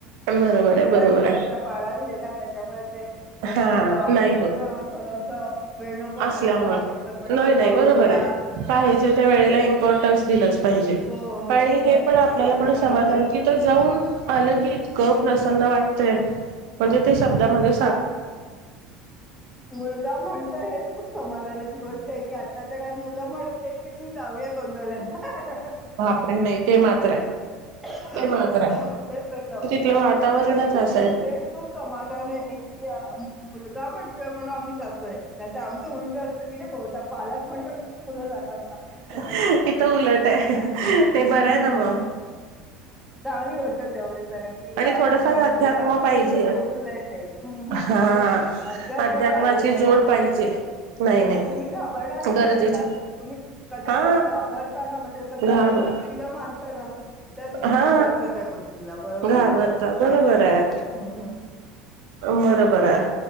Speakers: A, on the right; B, in the centre.
A: बरोबर आहे
B: मुलाची
A: बरोबर आहे
B: आता बारावी आहे ना! त्याच्यामुळे
A: <inaudible>
B: ते त्याच जरा अभ्यासाच
A: नाही होत
B: थोडस वेळ नको घालवायला
A: असल्यामुळं
B: पटकन पटकन
A: नाही नाही
B: जाऊन
A: बरोबर
B: येऊ या.
A: आहे पाहिजे त्या वेळेला इमपॉर्टन्स दिलंच पाहिजे,
B: हो हो
A: आणि हे पण आपल्याला
B: त्याच्यामुळे
A: पण समाधान
B: ते
A: तीत जाऊन आ की इंतक प्रसन्न वाटतय म्हणजे शब्दा मध्ये
B: आ मुलगा म्हणतो हेच खूप समाधानाची गोष्ट आहे की, आताच्या काय मुलं म्हणत नाही की ती जावे. ते गोंधळे हाहाहा.
A: बापरे नाही ते मात्र आहे.
B: तेच
A: ते मात्र आहे
B: म्हटलं
A: तिथलं वातावरणच
B: तेच खूप
A: असं आहे
B: तेच खूप समाधाान आहे की की आ मुलगा म्हण म्हणून आम्ही जातोय नाहीतर आमचं उलट असं की, नाही बहुदा पालक म्हणतात म्हणून मुलं जातात. तात आपली ही जबरदस्ती
A: इथं
B: नाही
A: उलट आहे नाही
B: ह
A: बरं
B: हह.
A: आहे ना मग
B: चांगली गोष्ट आहे, तेवढी तर कि
A: आणि थोडंफार अध्यात्म
B: मुलांपर्यंत
A: पाहिजे
B: पोहोचलाय ते. हम्म हम्
A: हा
B: अ- <unintelligible> पाहिजे
A: अध्यात्माची
B: नाही
A: जोड
B: तर
A: पाहिजे नाही नाही
B: तुम्ही घाबरणार नाही
A: गरजेचे
B: कशाला तम्ही कशा
A: हा
B: तरी घाबरताना म्हणजे कशा
A: घाबर
B: तरी शक्तीला मानताना. त्या तुम्ही
A: हा
B: घाबरता त्या गोष्टीला बरोबर
A: घाबरता
B: ना
A: बरोबर
B: नाही तर काय
A: आहे
B: नाही म्म.
A: बरोबर आहे.